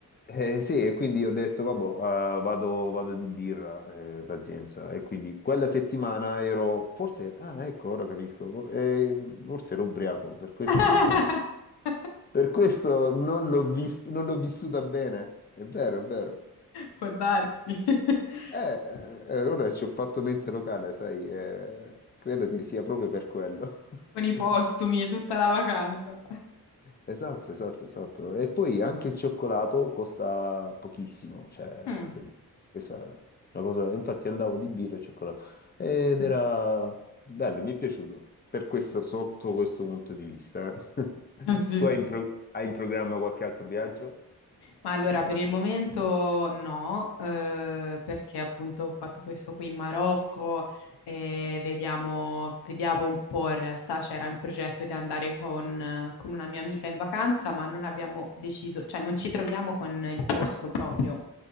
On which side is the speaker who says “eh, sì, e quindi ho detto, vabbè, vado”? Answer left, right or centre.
Left